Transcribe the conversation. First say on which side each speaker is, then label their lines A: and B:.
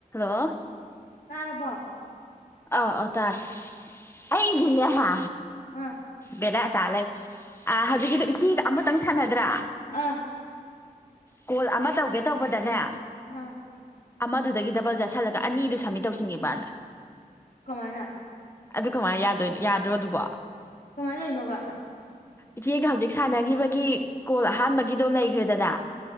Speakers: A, on the left; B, on the left.
A: ꯑꯣ
B: ꯇꯥꯔꯕꯣ
A: ꯑ ꯑ ꯇꯥꯏ ꯑꯩꯗꯤꯅꯦ ꯍꯥ
B: ꯑꯥ
A: ꯕꯦꯔꯥ ꯇꯥꯂꯦ ꯑ ꯍꯧꯖꯤꯛꯀꯤꯗꯨ ꯏꯐꯨꯟꯗ ꯑꯃꯇ ꯁꯥꯟꯅꯗ꯭ꯔꯥ
B: ꯑꯥ
A: ꯀꯣꯜ ꯑꯃ ꯇꯧꯒꯦ ꯇꯧꯕꯗꯅꯦ
B: ꯑꯥ
A: ꯑꯃꯗꯨꯗꯒꯤ ꯗꯕꯜ ꯆꯠꯁ ꯁꯜꯂ ꯑꯅꯤꯗꯨ ꯁꯝꯃꯤꯠ ꯇꯧꯁꯤꯈꯤꯕꯅ <inaudible>
B: ꯀꯃꯥꯢꯅ
A: ꯑꯗꯨ ꯀꯃꯥꯏꯅ ꯌꯥꯗꯣꯏ ꯌꯥꯗ꯭ꯔꯣ ꯑꯗꯨꯕꯣ
B: ꯀꯃꯥꯏꯇꯧꯏꯅꯣꯕ
A: ꯏꯆꯦꯒ ꯍꯧꯖꯤꯛ ꯁꯥꯟꯅꯈꯤꯕꯒꯤ ꯀꯣꯜ ꯑꯍꯥꯟꯕꯒꯤ ꯒꯤꯗꯣ ꯂꯩꯈ꯭ꯔꯦꯗꯅ